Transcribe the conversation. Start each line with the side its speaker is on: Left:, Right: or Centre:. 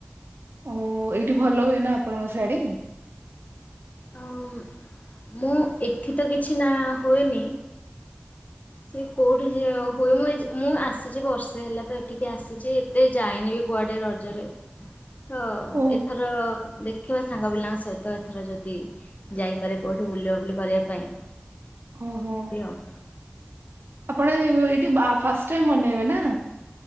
Right: ଓ ଏଇଠି ଭଲ ହୁଏ ନା ଆପଣଙ୍କ ଶାଡ଼ି?
Left: ଅଁ ମୁଁ ଏଠି ତ କିଛି ନା ହୁଏନି ସେ କୋଉଠି ଯ ହୁଏ ମୁଁ ଏ ମୁଁ ଆସିଚି ବର୍ଷେ ହେଲା ତ ଏଠିକି ଆସିଚି। ତେ ଯାଇନି ବି କୁଆଡେ ରଜରେ, ତ
Right: ଓ
Left: ଏଥର ଦେଖିବା ସାଙ୍ଗ ପିଲାଙ୍କ ସହିତ ଏଥର ଯଦି, ଯାଇପାରେ କଉଠି ବୁଲାବୁଲି କରିବା ପାଇଁ।
Right: ଓହୋ
Left: ଯିବି ଆଉ।
Right: ଆପଣ ଏଇଠି ବା ଫାଷ୍ଟ୍ ଟାଇମ୍ ମନେଇବେ ନା?